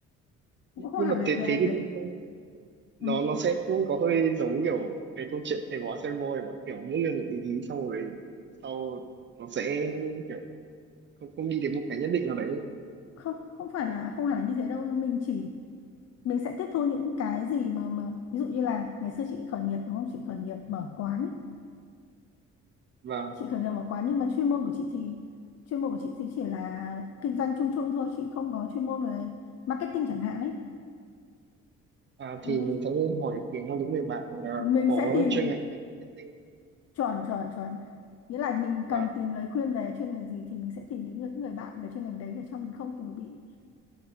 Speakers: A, on the left; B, on the right.
A: cũng không
B: nhưng
A: hẳn
B: mà
A: là
B: thế
A: là
B: thế
A: để
B: thì không
A: ừ,
B: nó nó sẽ cũng có hơi giống kiểu cái câu chuyện thầy bói xem voi mà kiểu mỗi người một ý ý, xong rồi sau nó sẽ kiểu không, không đi đến một cái nhất định nào đấy
A: không không phải là không hẳn là như thế đâu mình chỉ mình sẽ tiếp thu những cái gì mà mà ví dụ như là ngày xưa chị khởi nghiệp đúng không chị khởi nghiệp mở quán ý
B: và
A: chị khởi nghiệp một quán nhưng mà chuyên môn của chị thì chuyên môn của chị thì chỉ là kinh doanh chung chung thôi chị không có chuyên môn về marketing chẳng hạn ấy
B: à,
A: ừ.
B: thì mình sẽ hỏi ý kiến của những người bạn à,
A: mình
B: cũng có
A: sẽ tìm
B: chuyên ngành về marketing tinh,
A: chuẩn chuẩn chuẩn nghĩa là mình
B: và
A: cần tìm lời khuyên về chuyên ngành gì thì mình sẽ tìm những người, những người bạn về chuyên ngành đấy để cho mình không kiểu bị